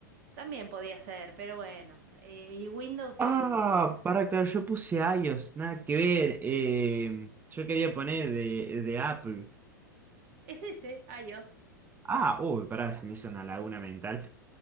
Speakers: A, on the right; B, on the right.
A: También podía ser, pero bueno. Eh, y Windows es...
B: Ah, para que
A: cosa.
B: yo puse iOS, nada que ver. Eh, yo quería poner de, de Apple.
A: Es ese, iOS.
B: Ah, uy, pará, se me hizo una laguna mental.